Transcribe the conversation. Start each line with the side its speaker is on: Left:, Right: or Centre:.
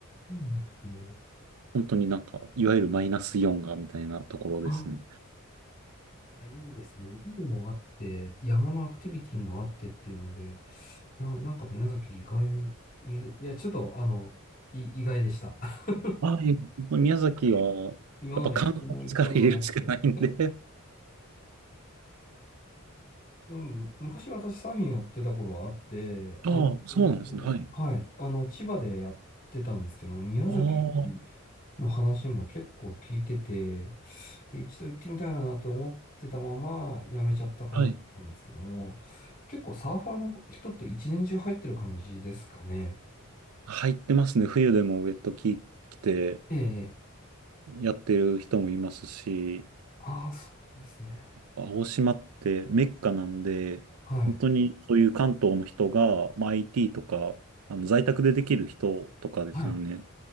Left: うんですね。
Right: 本当になんか、いわゆるマイナスイオンがみたいなところですね。
Left: ああ、いいですね。海もあって、山のアクティビティもあってっていうので、いや、なんか宮崎意外に、い、いや、ちょっと、あの、い、意外でした。<laughs>
Right: はい。宮崎は、
Left: 今まで一度も行ったことなくて。
Right: やっぱ観光にから入れるしかないんで。
Left: うん、昔私サーフィンやってた頃はあって、
Right: <laughs>
Left: あの、
Right: ああ、そうなんですね。はい。
Left: はい、あの、千葉でやってたんですけど、宮崎
Right: ああ、
Left: の話も結構聞いてて、で、一度行ってみたいなと思ってたままやめちゃった感じなんですけども、
Right: はい。
Left: 結構サーファーの人って一年中入ってる感じですかね。
Right: 入ってますね。冬でもウェット着着て
Left: ええ、
Right: やってる人もいますし、
Left: ああ、そうですね。
Right: 青島ってメッカなんで、
Left: はい。
Right: 本当にそういう関東の人が、まあ、IT とか、あの在宅でできる人とかですよね。
Left: はい。